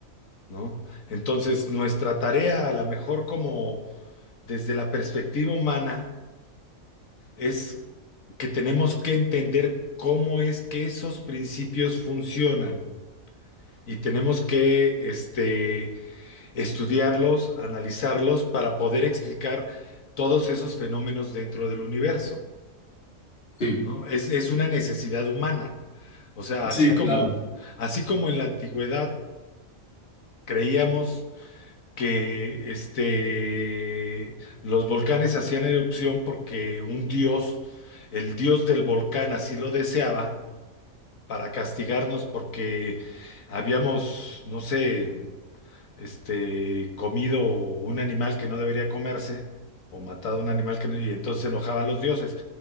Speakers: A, on the left; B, on the left.
A: ¿no? Entonces, nuestra tarea, a lo mejor como desde la perspectiva humana, es que tenemos que entender cómo es que esos principios funcionan y tenemos que este, estudiarlos, analizarlos para poder explicar todos esos fenómenos dentro del universo,
B: Sí,
A: ¿no? Es, es una necesidad humana. O sea, así
B: sí,
A: como,
B: claro.
A: así como en la antigüedad creíamos que este, los volcanes hacían erupción porque un dios, el dios del volcán, así lo deseaba para castigarnos porque habíamos, no sé, este, comido un animal que no debería comerse. o matado un animal que no, y entonces se enojaban los dioses.